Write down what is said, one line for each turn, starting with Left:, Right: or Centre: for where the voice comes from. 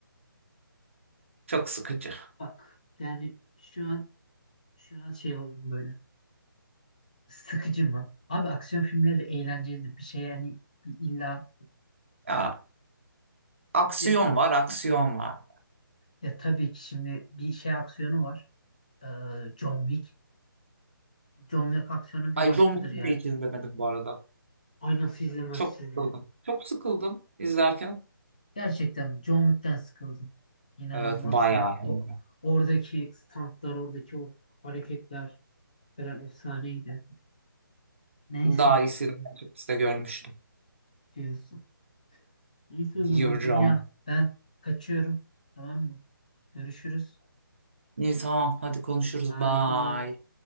Right: Çok sıkıcı.
Left: Bak yani şu an şu an şey oldum böyle. Sıkıcı mı? Abi aksiyon filmleri de eğlencelidir. Bir şey yani bir illa
Right: Ya aksiyon
Left: ya bir
Right: var aksiyon var.
Left: ya tabii ki şimdi bir şey aksiyonu var. Ee, John Wick. John Wick aksiyonu bir
Right: Ay
Left: başkadır
Right: John Wick'i
Left: yani.
Right: de hiç izlemedim bu arada.
Left: Ay nasıl izlemezsin
Right: Çok sıkıldım.
Left: ya?
Right: Çok sıkıldım izlerken.
Left: Gerçekten John Wick'ten sıkıldım. İnanılmaz
Right: Evet bayağı
Left: ya.
Right: hem
Left: O
Right: de.
Left: oradaki stuntlar, oradaki o hareketler falan efsaneydi. Neyse
Right: Daha iyisini Netflix'te görmüştüm.
Left: diyorsun. Neyse o
Right: Yürüyorum.
Left: zaman dünya ben kaçıyorum. Tamam mı? Görüşürüz.
Right: İyi tamam hadi konuşuruz.
Left: Bay
Right: Bye.
Left: bay.